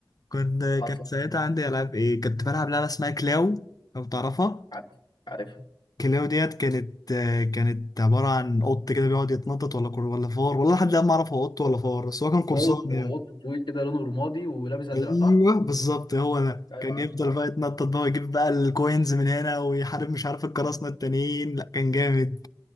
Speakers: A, on the left (about 50°); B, on the left (about 70°).
A: كنت
B: حصل
A: كانت ساعتها عندي العاب ايه كنت بلعب لعبه اسمها كلاو لو تعرفها
B: عارف عارف
A: كلاو ديت كانت آه، كانت عبارة عن قط كده بيقعد يتنطط ولا كر ولا فار والله لحد الآن ما أعرف هو قط ولا فار بس هو كان قرصان
B: وقط
A: يعني
B: وقط طويل كده لونه رمادي ولابس ازرق
A: أيوه
B: صح
A: بالظبط هو ده
B: ايوه
A: كان
B: عارف
A: يفضل
B: عارف
A: بقى يتنطط بقى ويجيب بقى الكوينز من هنا ويحارب مش عارف القراصنة
B: ايوه
A: التانيين لا كان جامد